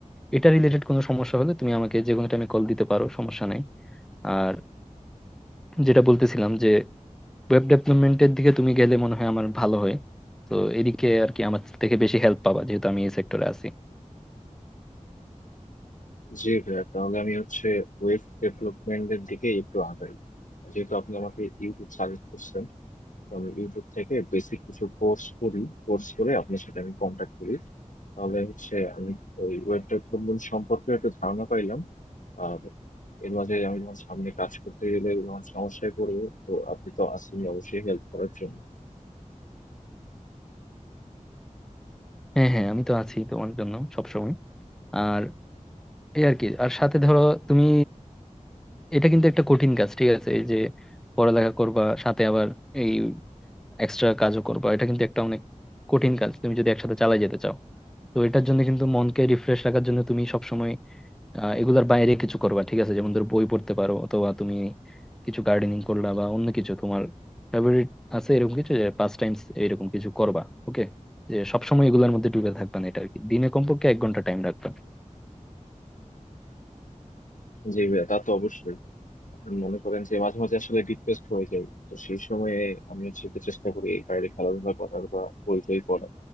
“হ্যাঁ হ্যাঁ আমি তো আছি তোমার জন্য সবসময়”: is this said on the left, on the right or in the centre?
Centre